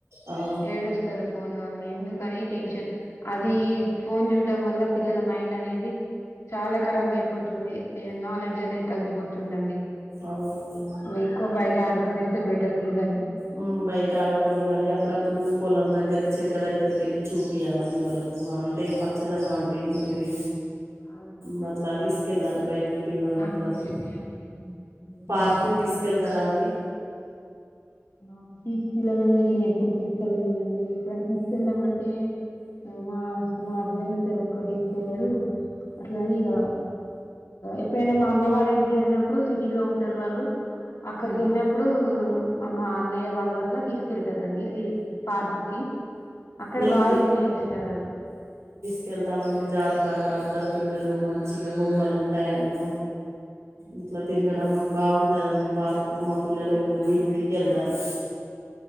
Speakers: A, on the right; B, on the left.
A: ఆ
B: ఏడుస్తారు ఫోన్ కావని ఎందుకని టెన్షన్ అది ఫోన్ చూడడం వల్ల పిల్లల మైండ్ నేది చాలా కరాబ్ అయిపోతుంది నాలెడ్జ్ అనేది తగ్గిపోతుందండి
A: అవునండి
B: మేక్కువ బయట ఆడుకొని ఇస్తే బెటర్ వీళ్ళని
A: హమ్ బయట ఆడుకోనియ్యాలి అప్పుడప్పుడు పొలం దగ్గరికి చేలక దగ్గరికి వెళ్ళి చూపియాలీ అన్ని వాళ్ళకు అంటే పచ్చదనం
B: అవును
A: అంటే ఇవి
B: అవును
A: మట్లా
B: వాళ్ళ కొంచెం
A: తీసుకెళ్ళాలి బయటికి పిల్లల్ని
B: ఆస్వాదిస్తే
A: అప్పుడప్పుడు
B: అది వేరుంటుంది
A: పార్కు తీసుకెళ్తారా అండి
B: ఆ తీసుకెళ్ళనండి నేను ఎప్పుడు తీసుకెళ్లలేదండి ఎప్పుడైనా తీసుకెళ్తాము అంటే మా మా హస్బెండ్ ఒత్తే ఎక్కువ తీసుకెళ్లాడు అట్లానే ఇగ ఎప్పుడైనా మా అమ్మ వాళ్ళ ఇంటికి వెళ్ళినప్పుడు సిటీలో ఉంటారు వాళ్ళు అక్కడికి
A: మ్మ్.
B: వెళ్ళినప్పుడు మా అన్నయ్య వాళ్ళు అట్ల తీసుకెళ్తారండి పార్క్ కి అక్కడ
A: మేము
B: బాగా ఎంజాయ్ చేస్తారు
A: క వెళ్తామండి జారుడా తాతరు పిల్లలు మంచిగా బొమ్మలు ఉంటాయి అందులో
B: హ్మ్.
A: ఇట్లా తిరగడం బాగుంటదండి పార్కు కు మా పిల్లలు
B: మీకు దగ్గరలో
A: వీక్
B: ఉందాండి
A: వీక్ వెళ్తారు